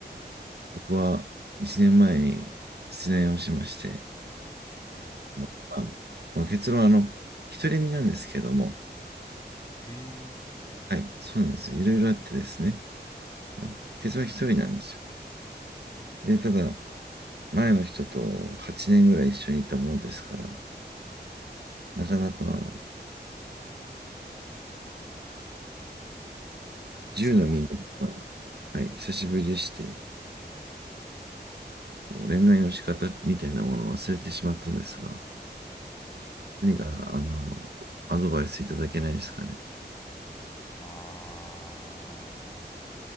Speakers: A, on the right; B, on the left.
A: 僕は1年前に失恋をしまして、
B: うん
A: まあ、まあまあ結論はあの、独り身なんですけども、
B: ええ
A: はい、そうなんですよ。いろいろあってですね、うん結論は一人なんですよ。で、ただ、前の人と8年ぐらい一緒にいたものですから、
B: うん
A: なかなか
B: 8年も
A: 1のみんな、はい、久しぶりでして、
B: うん
A: こう恋愛の仕方みたいなものを忘れてしまったんですが、
B: うん
A: 何か、あの、アドバイスいただけないですかね。
B: あ